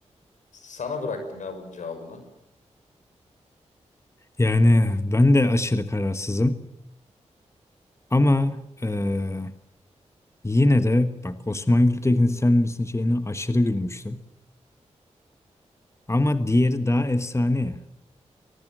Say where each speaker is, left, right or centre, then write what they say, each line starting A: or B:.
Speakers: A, on the left; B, on the left.
A: Sana bıraktım ya bunun cevabını.
B: Yani ben de aşırı kararsızım ama eee, yine de bak Osman Gültekin sen misin şeyine aşırı gülmüştüm. Ama diğeri daha efsane ya.